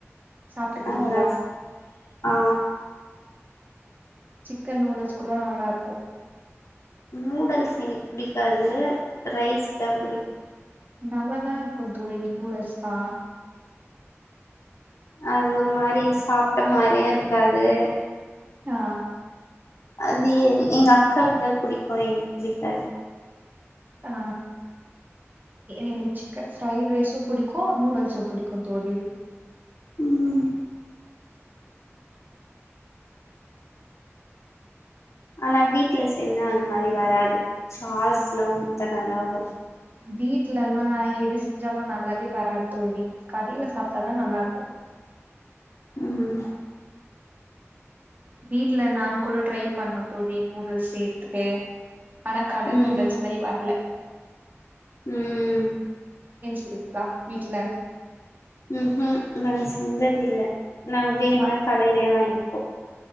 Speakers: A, on the right; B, on the left.
A: சாப்ட்டுகிறீங்ளா
B: ஆ ரஸ் ஆ
A: சிக்கன் நூடுல்ஸ் கூட நல்லா இருக்கு
B: நூடல்ஸ் எனக்கு புடிக்காது ரைஸ் தா புடிக்கு
A: நல்லாதா இருக்கு தோழி நூடல்ஸ் தா
B: அது ஒரு மாரி சாப்ட்ட மாரியு இருக்காது
A: ஆ
B: அது ஏன் எங் அக்காக்கு தா புடிக்கு எனக்கு புடிக்காது
A: ஆ எனக்கு சிக்கன் ஃப்ரைட் ரைஸ்சு புடிக்கு நூடுல்ஸு புடிக்கு தோழி
B: ம் ஆனா வீட்ல செஞ்சா அந்த மாரி வராது சார்ஸ்லா ஊத்தனா தா வரு
A: வீட்லெல்லா எது செஞ்சாலு நல்லாவே வராது தோழி கடைல சாப்ட்டாதா நல்லா இருக்கு <inaudible>
B: ம்
A: வீட்ல நாங் கூட ட்ரை பண்ணோ தோழி நூடுல்ஸ் செய்யற்துக்கு ஆனா கட
B: ம்
A: நூடுல்ஸ் மாரி வர்ல
B: ம்
A: புரியுங்ளா வீட்ல
B: ம் ம் நாங்க செஞ்சதில்ல நாங் வேண்ணா
A: நா
B: கடைலே வாங்கி